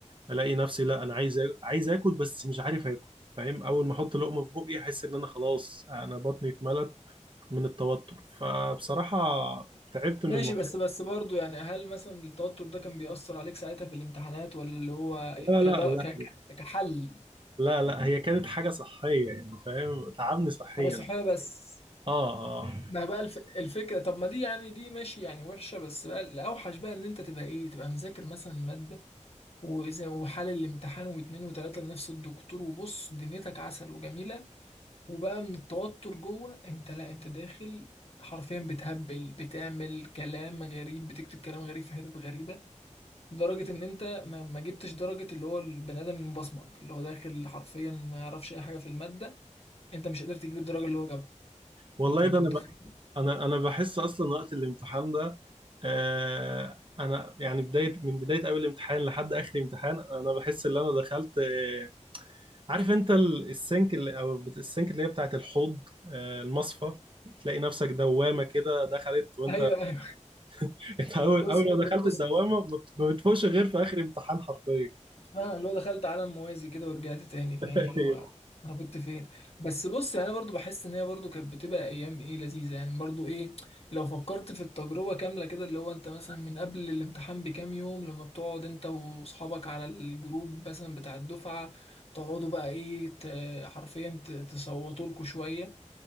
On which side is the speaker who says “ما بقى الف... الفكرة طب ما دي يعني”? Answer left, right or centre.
Left